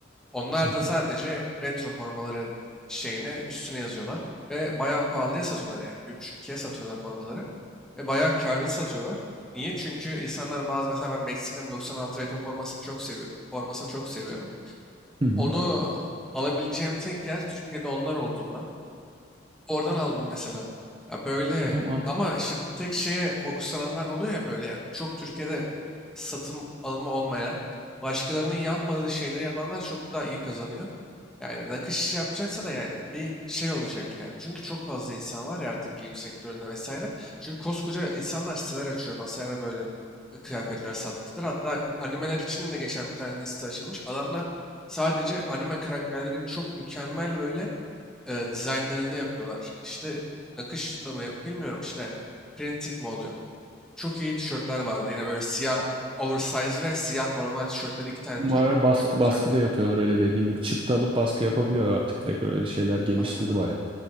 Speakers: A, in the centre; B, on the right.
A: Onlar
B: Hı
A: da
B: hı.
A: sadece retro formaların şeyine üstüne yazıyorlar. Ve bayağı pahalıya satıyorlar yani. Bir buçuk ikiye satıyorlar formaları. Ve bayağı karlı satıyorlar. Niye? Çünkü insanlar bazı mesela ben Meksika'nın 96 retro formasını çok seviyorum. Formasını çok seviyorum.
B: Hı hı.
A: Onu alabileceğim tek yer Türkiye'de onlar olduğundan. Oradan aldım mesela. Ya böyle
B: Ya mantıklı.
A: ama işte tek şeye fokuslananlar oluyor ya böyle yani. Çok Türkiye'de satım alımı olmayan, başkalarının yapmadığı şeyleri yapanlar çok daha iyi kazanıyor. Yani nakış işi yapacaksa da yani bir şey olacak yani. Çünkü çok fazla insan var ya artık giyim sektöründe vesaire. Çünkü koskoca insanlar siteler açıyor vesaire böyle e, kıyafetler sattılar. Hatta animeler için de geçen bir tane site açılmış. Adamlar sadece anime karakterlerin çok mükemmel böyle e, dizaynlarını yapıyorlar. İşte nakışla mı yap bilmiyorum işte printing mi oluyor. Çok iyi tişörtler vardı. Yine böyle siyah oversize ve siyah normal tişörtleri iki tane
B: Bunlara
A: tür.
B: baskı,
A: Çok güzeldi.
B: baskı da yapıyorlar öyle dediğin gibi. Çıktı alıp
A: Ay-
B: baskı yapabiliyor artık direkt öyle şeyler geliştirdi
A: Aynen.
B: baya.